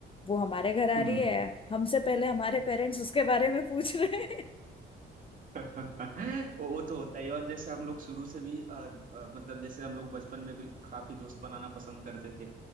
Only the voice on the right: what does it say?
हम्म
<laughs> वो वो तो होता ही है और जैसे हम लोग शुरू से भी अ, अ, मतलब जैसे हम लोग बचपन में भी काफी दोस्त बनाना पसंद करते थे